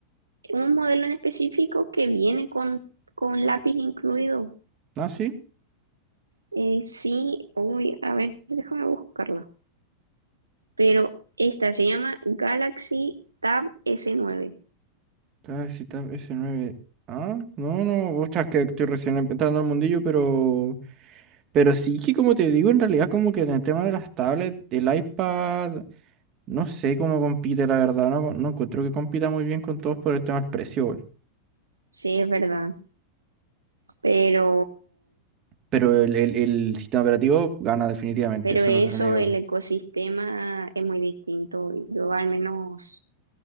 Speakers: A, on the right (about 75°); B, on the right (about 35°).
A: un modelo en específico que viene con, con lápiz incluido.
B: Ah, sí.
A: Eh, sí, uy, a ver, déjame buscarla. Pero esta se llama Galaxy Tab S9.
B: Galaxy Tab s nueve Ah, no, no, ostras, que estoy recién em- entrando al mundillo, pero. Pero sí que, como te digo, en realidad, como que en el tema de las tablets, el iPad, no sé cómo compite, la verdad, no, no encuentro que compita muy bien con todos por el tema del precio, weón.
A: Sí, es verdad. Pero
B: Pero el, el, el sistema operativo gana definitivamente,
A: Pero
B: eso
A: eso,
B: no te lo niego.
A: el ecosistema es muy distinto. Yo al menos